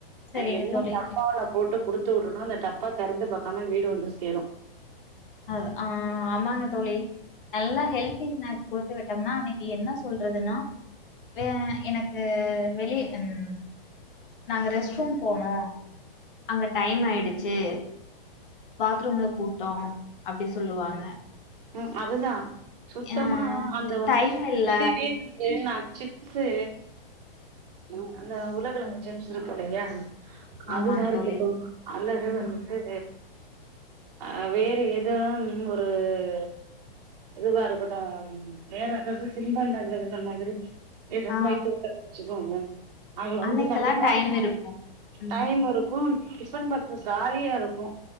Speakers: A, on the left; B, on the right.
A: சரிங்க
B: அ என்ன
A: தோழி.
B: டப்பாவுல போட்டு குடுத்து உட்றனோ அந்த டப்பா தெறந்து பாக்காம வீடு வந்து சேரு
A: அது ஆ ஆமாங்க தோழி நல்லா ஹெல்திஸ்நாக்ஸ் குடுத்து விட்டோமுனா அன்னக்கி என்ன சொல்றதுன்னா வே எனக்கு வெளியே ம் நாங்க ரெஸ்ட் ரூம் போனோ அங்க டைம் ஆயிடுச்சி பாத்ரூம்ல கூட்டொ அப்டி சொல்லுவாங்க
B: ம் அதுதா சுத்தமா
A: அ
B: அந்த வந்து
A: டைம் இல்ல.
B: இதுவே வந்து நா சிப்ஸு ம் அந்த உர்லகெழங்கு ஜிப்ஸ் இருக்குல்லையா
A: ஆமாங்க
B: அதுவா இருக்கட்டு
A: தோழி.
B: அல்லது
A: ம்.
B: வந்து து அ வேறு எதோ ஒரு து இதுவா இருக்கட்டு வேற ஏதாது தின்பண்டங்கள் அந்த மாதிரி நீ தான்மா
A: ஆ.
B: வைத்து விட்டு அப்டி சொல்வாங்க அது வந்து
A: அன்னைக்கெல்லாம்
B: கண்டிப்பா
A: டைம் இருக்கும். ம்.
B: டைம் இருக்கு டிபன் பாக்ஸு காலியா இருக்கு